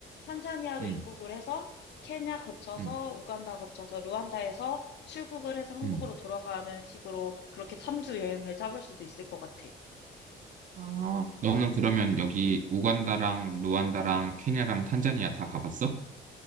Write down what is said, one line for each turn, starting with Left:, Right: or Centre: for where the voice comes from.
Left: 탄자니아로
Right: 음,
Left: 입국을 해서 케냐 거쳐서
Right: 음,
Left: 우간다 거쳐서 루안다에서 출국을 해서 한국으로
Right: 음.
Left: 돌아가는 식으로 그렇게 3주 여행을 잡을 수도 있을 것 같아.
Right: 아, 너는 그러면 여기 우간다랑 루안다랑 케냐랑 탄자니아 다 가봤어?